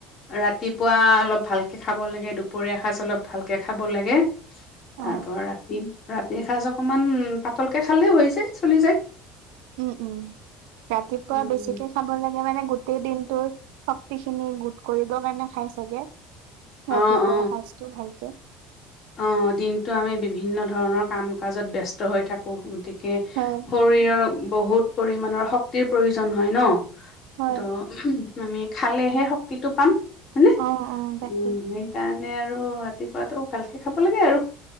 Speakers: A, on the left; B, on the right.
A: ৰাতিপুৱা অলপ ভালকে খাব লাগে, দুপৰীয়া এসাজ অলপ ভালকে খাব লাগে। তাৰ
B: অ
A: পৰা ৰাতি ৰাতিৰ সাঁজ অকনমান পাতলকে খালেও হৈ যায় চলি যায়।
B: উমঁ' উমঁ' ৰাতিপুৱা
A: উম,
B: বেছিকে খাব লাগে মানে গোটেই দিনটোৰ শ গোটেইখিনি গোট কৰিব কাৰণে খাই চাগে,
A: অ
B: ৰাতিপুৱা
A: অ
B: সাজটো ভালকে।
A: অ', দিনটো আমি বিভিন্ন ধৰণৰ কাম-কাজত ব্যস্ত হৈ থাকো গতিকে।
B: হয়।
A: শৰীৰৰ বহুত পৰিমণৰ শক্তিৰ প্ৰয়োজন হয় ন,
B: হয়
A: তো উম, আমি খালেহে শক্তিটো পাম হয়নে,
B: অ অ তাকে
A: উম। সেইকাৰণে আৰু ৰাতিপুৱাটো ভালকে খাব লাগে আৰু।